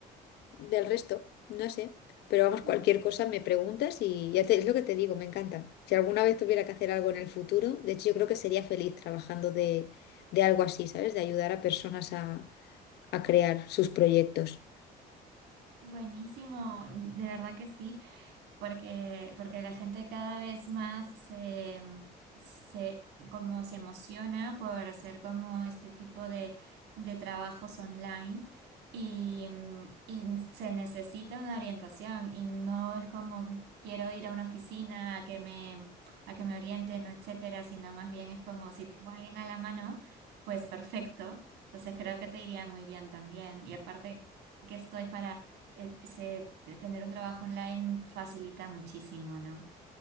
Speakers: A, on the left (about 75°); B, on the right (about 90°).
A: del resto, no sé. Pero vamos, cualquier
B: Mm.
A: cosa me preguntas y ya te, es lo que te digo, me encanta. Si alguna vez tuviera que hacer algo en el futuro, de hecho yo creo que sería feliz trabajando de, de algo así, ¿sabes? De ayudar a personas a, a crear sus proyectos.
B: Buenísimo, de verdad que sí. porque, porque la gente cada vez más se, se, como se emociona por hacer como este tipo de, de trabajos online y, mm, y se necesita una orientación y no es como que quiero ir a una oficina a que me, a que me orienten, o etcétera, sino más bien es como si tengo a alguien a la mano, pues perfecto. Entonces creo que te iría muy bien también. Y aparte que esto es para eh, se- eh, tener un trabajo online facilita muchísimo, ¿no?